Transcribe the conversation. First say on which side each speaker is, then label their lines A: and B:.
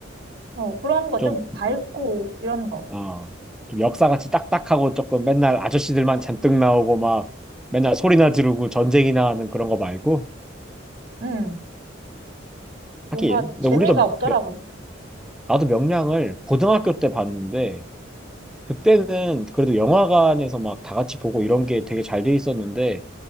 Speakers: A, on the right; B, in the centre.
A: 어, 그런 거
B: 좀,
A: 좀 밝고 이런 거.
B: 어, 좀 역사같이 딱딱하고 조금 맨날 아저씨들만 잔뜩 나오고 막 맨날 소리나 지르고 전쟁이나 하는 그런 거 말고.
A: 음, 뭔가
B: 하긴. 근데
A: 재미가
B: 우리도,
A: 없더라고.
B: 명- 나도 명량을 고등학교 때 봤는데 그때는 그래도 영화관에서 막 다 같이 보고 이런 게 되게 잘 돼 있었는데